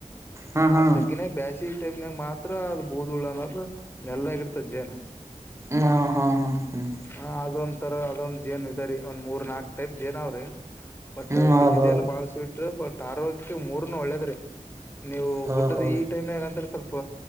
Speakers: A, on the right (about 20°); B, on the left (about 15°).
A: ಹಾ ಹಾ ಹಾ
B: ಆ ತಗ್ಗಿನ್ಯಾಗ ಬ್ಯಾಸಿ ಟೈಮ್ನಾಗ ಮಾತ್ರ ಅದ್ ಬುದುಳ ಅನ್ನದ ನೆಲ್ದಾಗ್ ಇರತದ ಜೇನ.
A: ಹ್ಮ್ ಹಾ ಹಾ ಹ್ಮ್
B: ಹ ಅದೊಂಥರಾ ಅದೊಂದ್ ಜೇನ್ ಇದಾರಿ ಒಂದ್ ಮೂರ್ ನಾಕ್ ಟೈಪ್ ಜೇನ ಅವ್ರಿ. ಬಟ್
A: ಹ್ಮ್ ಹೌದೌದು
B: ಚಿಟಿ ಜೆನ್ ಬಾಳ್ ಸ್ವೀಟ್ ಬಟ್ ಆರೋಗ್ಯಕ್ಕೆ ಮೂರ್ನು ಒಳ್ಳೇದ್ರಿ. ನೀವು
A: ಹಾ
B: ಗುಡ್ಡದ
A: ಹೋ
B: ಈ ಟೈಮ್ ನ್ಯಾಗ ಅಂತ್ರ ಸ್ವಲ್ಪ